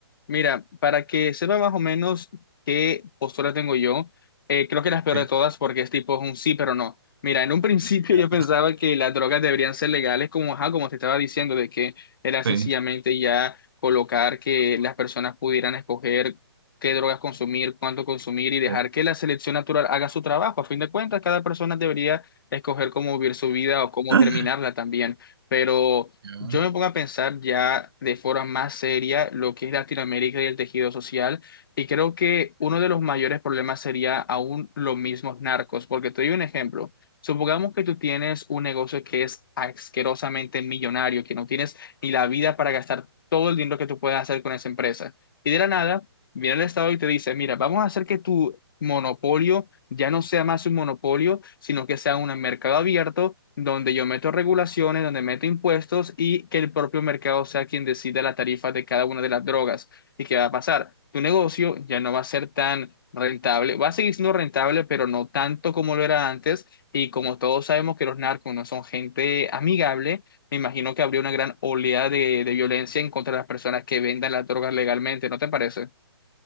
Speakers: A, on the left; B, on the right.
A: Mira, para que sepa más o menos qué postura tengo yo, eh, creo que la peor
B: Ok,
A: de todas porque es tipo un sí, pero no. Mira, en un <laughs> principio
B: ya,
A: yo pensaba que las drogas deberían ser legales, como, ajá, como te estaba diciendo, de que era sencillamente
B: Sí,
A: ya colocar que las personas pudieran escoger qué drogas consumir, cuánto consumir y dejar
B: sí,
A: que la selección natural haga su trabajo. A fin de cuentas, cada persona debería escoger cómo vivir su vida o cómo
B: <clears throat>
A: terminarla también. Pero
B: ya,
A: yo me pongo a pensar ya de forma más seria lo que es Latinoamérica y el tejido social, y creo que uno de los mayores problemas sería aún los mismos narcos, porque te doy un ejemplo. Supongamos que tú tienes un negocio que es asquerosamente millonario, que no tienes ni la vida para gastar todo el dinero que tú puedes hacer con esa empresa. Y de la nada, viene el Estado y te dice, mira, vamos a hacer que tu monopolio ya no sea más un monopolio, sino que sea un mercado abierto donde yo meto regulaciones, donde meto impuestos y que el propio mercado sea quien decida la tarifa de cada una de las drogas. ¿Y qué va a pasar? Tu negocio ya no va a ser tan rentable, va a seguir siendo rentable, pero no tanto como lo era antes. Y como todos sabemos que los narcos no son gente amigable, me imagino que habría una gran oleada de, de violencia en contra de las personas que vendan las drogas legalmente, ¿no te parece?